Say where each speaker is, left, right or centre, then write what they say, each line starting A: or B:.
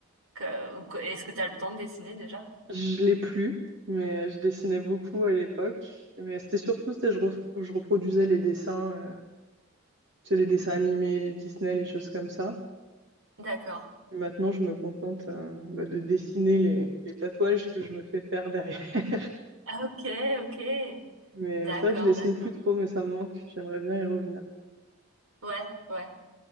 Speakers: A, on the right (about 70°); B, on the right (about 55°).
A: que- ou que- Est-ce que tu as le temps de dessiner déjà?
B: Je l'ai plus, mais je dessinais beaucoup à l'époque. Mais c'était surtout, c'est je, ref- je reproduisais les dessins, euh, tu sais, les dessins animés, les Disney, les choses comme ça.
A: D'accord.
B: Et maintenant, je me contente euh, bah, de dessiner les, les tatouages que je me fais faire derrière. <laughs>
A: Ah, Ok, ok.
B: Mais,
A: D'accord,
B: mais c'est vrai que je dessine
A: d'accord.
B: plus trop, mais ça me manque. J'aimerais bien y revenir.
A: Ouais, ouais.